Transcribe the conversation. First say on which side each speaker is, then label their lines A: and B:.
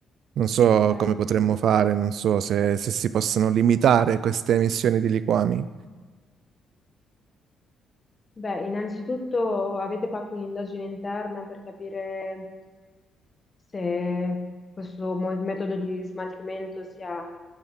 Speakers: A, on the right; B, on the left.
A: Non so
B: Ok.
A: come potremmo fare, non so se, se si possono limitare queste emissioni di liquami.
B: Beh, innanzitutto avete fatto un'indagine interna per capire se questo mo- metodo di smaltimento sia